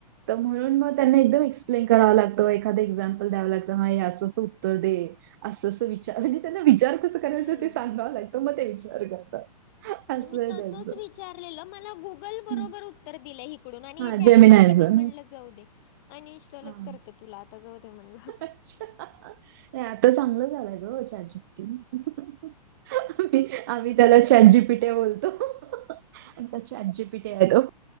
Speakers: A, on the right; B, on the left.
A: त म्हणून म त्यांना एकदम एक्स प्लेन कराव लागतं एखाद एक्झाम्पल द्यावं लागतं म या असं असं उत्तर दे असं असं विचार म्हणजे त्यांना विचार कसं करायचा
B: हं.
A: ते सांगावं लागतं मग ते विचार करतात असं
B: मी
A: आहे
B: तसच
A: त्यांचं.
B: विचारलेलं मला गुगल बरोबर
A: हं.
B: उत्तर दिलं हे कुडून आणि
A: हां,
B: या चाट
A: जेमिनायचं.
B: जी पी टी मी म्हणल
A: हं.
B: जाऊ दे अनइन्स्टॉलच
A: हां.
B: करते तुला आता जाऊ दे म्हणलं
A: अच्छा आ आ नाही आता चांगलं झालाय ग चॅट जी पी टी हं अ आम्ही त्याला चाट जी पी टया बोलतो हा आ आमचा चाट जि पी टया हाय तो